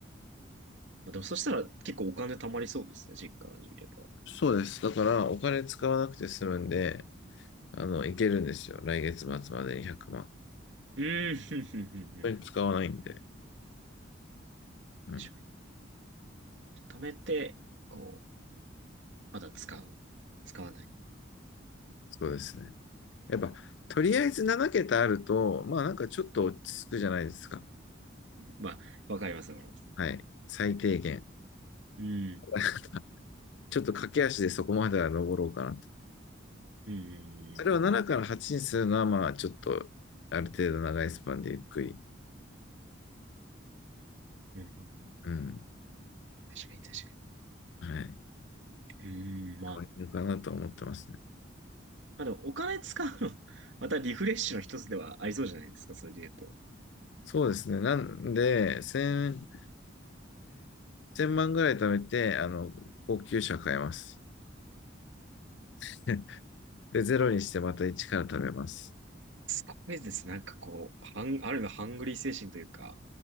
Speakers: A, on the right; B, on the left.
A: まあ、でもそしたら結構お金貯まりそうですね、実家にいれば。
B: そうです。だから、お金使わなくて済むんで、あの、いけるんですよ。来月末までに100万。
A: うーん、ふんふんふんふん。
B: 本当に使わないんで。うん。
A: 確かに。貯めて、こう、まだ使う。使わない。
B: そうですね。やっぱ、とりあえず7桁あると、まあなんかちょっと落ち着くじゃないですか。
A: まあ、わかります、わかります。
B: はい。最低限。
A: うん。
B: <laughs> ちょっと駆け足でそこまでは登ろうかなと。
A: うん。
B: それを7から8にするのは、まあちょっと、ある程度長いスパンでゆっくり、
A: うん。うん
B: うん。
A: 確かに、確
B: はい。
A: うん。かに。うんまあ、
B: 終われるかなと思ってますね。
A: まあでも、お金使うの <laughs> またリフレッシュの一つではありそうじゃないですか、それで言うと。
B: そうですね。なんで、1000、万ぐらい貯めて、あの、高級車買います。<laughs> で、ゼロにしてまた1から貯めます。
A: すごいです。なんかこう、ハン、ある意味ハングリー精神というか、